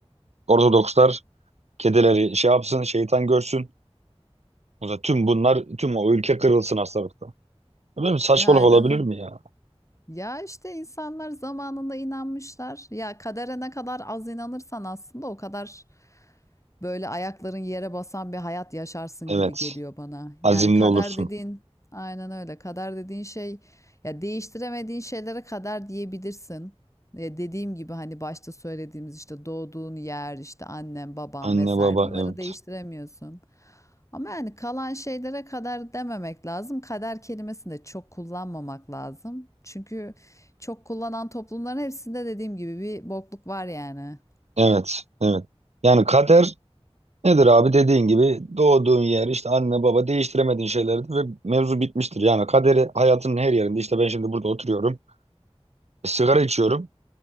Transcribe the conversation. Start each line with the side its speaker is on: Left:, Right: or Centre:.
Right: e, Ortodokslar kedileri şey yapsın şeytan görsün. O zaman tüm bunlar tüm o ülke kırılsın hastalıkta. Böyle bir saçmalık
Left: yani
Right: olabilir
Left: yani.
Right: mi ya?
Left: ya işte insanlar zamanında inanmışlar. Ya kadere ne kadar az inanırsan aslında o kadar böyle ayakların yere basan bir hayat yaşarsın
Right: Evet
Left: gibi geliyor bana. Yani
Right: azimli
Left: kader
Right: olursun
Left: dediğin aynen öyle. Kader dediğin şey ya değiştiremediğin şeylere kader diyebilirsin. E, dediğim gibi hani başta söylediğimiz işte doğduğun yer, işte annen, baban
Right: anne
Left: vesaire
Right: baba
Left: bunları
Right: evet
Left: değiştiremiyorsun. Ama yani kalan şeylere kader dememek lazım. Kader kelimesini de çok kullanmamak lazım. Çünkü çok kullanan toplumların hepsinde dediğim gibi bir bokluk var yani.
Right: evet evet yani kader Nedir abi dediğin gibi doğduğun yer işte anne baba değiştiremediğin şeylerdir ve mevzu bitmiştir. Yani kaderi hayatının her yerinde işte ben şimdi burada oturuyorum e, sigara içiyorum.